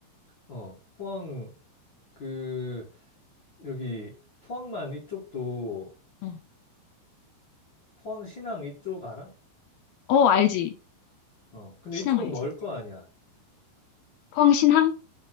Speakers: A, on the left (about 45°); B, on the left (about 80°).
A: 어, 포항, 그, 여기, 포항만 이쪽도,
B: 응.
A: 포항 신항 이쪽 알아?
B: 어, 알지.
A: 어, 근데
B: 신항
A: 이쪽은
B: 알지.
A: 멀 거 아니야.
B: 포항 신항?